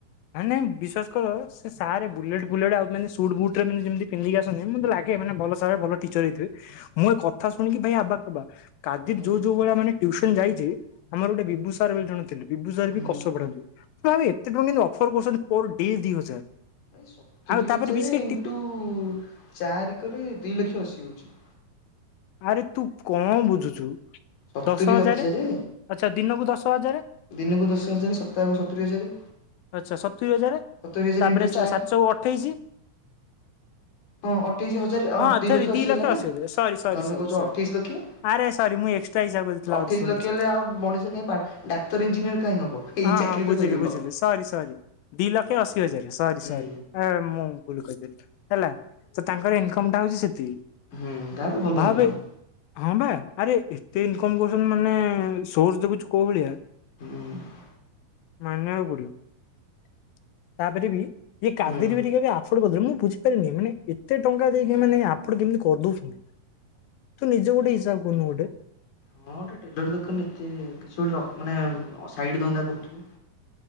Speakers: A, on the left (about 80°); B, on the left (about 65°).
A: ମାନେ ବିଶ୍ଵାସ କର ସେ ସାର୍ ବୁଲେଟ ଫୁଲେଟ ଆଉ ମାନେ ସୁଟ ବୁଟରେ ମାନେ ଯେମିତି ପିନ୍ଧିକି ଆସନ୍ତି ମତେ ଲାଗେ ମାନେ ଭଲ ସାରେ ଭଲ ଟିଚର ହେଇଥିବ ମୁଁ ଏ କଥା ଶୁଣିକି ଭାଇ ଆବା କାବା। କାଦିକ୍
B: ହୁଁ
A: ଯୋଉ ଯୋଉ ଭଳି ମାନେ ତୁଉସନ ଯାଇଚି ଆମର ଗୋଟେ ବିବୁସାର ବୋଲି ଜଣେ ଥିଲେ ବିବୁସର ବି
B: ହୁଁ
A: କସ ପଢାନ୍ତି। ମୁଁ କହିଲି ଆବେ ଏତେ ଟଙ୍କା କେନ୍ତି ଅଫର କରୁଚନ୍ତି ପର ଡେ ଦି ହଜାର।
B: ଭାଇ ସତୁରି
A: ଆଉ ତାପରେ
B: ହଜାର
A: ବି ସେ
B: ଇଣ୍ଟୁ
A: ଟି
B: ଚାରି କଲେ ଦିଇ ଲକ୍ଷ ଅଶୀ ହଉଚି।
A: ଆରେ ତୁ ଙ୍କ ବୁଝୁଛୁ
B: ସତୁରି
A: ଦଶ
B: ହଜାରେ
A: ହଜାର ଆଛା ଦିନକୁ ଦଶ ହଜାର।
B: ଦିନକୁ ଦଶ ହଜାର ସପ୍ତାହକୁ ସତୁରି ହଜାର।
A: ଆଚ୍ଛା ସତୁରି ହଜାର
B: ସତୁରି
A: ତାପରେ
B: ଇଣ୍ଟୁ ଚାରି
A: ସାତଚୋହ ଅଠେଇଶି।
B: ହଁ ଅଠେଇଶି ହଜାର
A: ହଁ
B: ଦିଇ
A: ଧରି
B: ଲକ୍ଷ
A: ଦି
B: ଅଶୀ ହେଲା ନା ଆଉ
A: ହଜାର ସରି ସରି
B: ତମେ
A: ସରି
B: କହୁଚ
A: ସରି
B: ଅଠେଇଶ ଲକ୍ଷ।
A: ଆରେ ସରିମୁଁ ଏକ୍ସଟ୍ରା ହିସାବ କରିଥିଲି ଆଉ
B: ଅଠେଇଶ
A: ଗୋଟେ ଶୂନ
B: ଲକ୍ଷ
A: ବସେଇଥିଲି
B: ହେଲେ ଆଉ ଣିଷ କାହିଁ ପା ଡାକ୍ତର ଇଞ୍ଜିନିୟର କାହିଁ ହବ। ଏଇ
A: ହଁ
B: ଚାକିରି
A: ହଁ
B: ତ
A: ବୁଝିଲି
B: କରିବ।
A: ବୁଝିଲି ସରି ସରି ଦିଇ ଲକ୍ଷ
B: ସେଇଟା
A: ଅଶି ହଜାର ସରି
B: ହୁଁ
A: ସରି। ମୁଁ ଭୁଲ କରିଦେଲି ହେଲା ତ ତାଙ୍କର ଇନକମ ଟା ହେଉଛି ସେତିକି।
B: ହୁଁ ତାହେଲେ ଭଲ
A: ଭାବେ
B: ଇନକମ୍।
A: ହଁ ବା ଆରେ ଏତେ ଇନକମ୍ କରୁଚନ୍ତି ମାନେ ସୋର୍ସ ଦେଖୁଚୁ କୋଉ ଭଳିଆ।
B: ହୁଁ।
A: ମାନିଆକୁ ପଡିବ ତାପରେ ବି ଏଇ କାବେରୀ
B: ହୁଁ।
A: ଭେରିକା ବି ଆ ପୁଡୁ ବୁଦ୍ଧିରେ ମୁଁ ବୁଝିପାରିନି ମାନେ ଏତେ ଟଙ୍କା ଦେଇକି ମାନେ ଆପଣ କେମତି କରଦଉଛନ୍ତି? ତୁ ନିଜ ଗୋଟେ ହିସାବ କରୁନୁ ଗୋଟେ
B: ହଁ ଗୋଟେ ଟେଲର ଦୋକାନ ଏତେ କିଛି ଗୋଟେ ମାନେ ଅ ସାଇଟ୍ ଧନ୍ଦା କରୁଥିବ।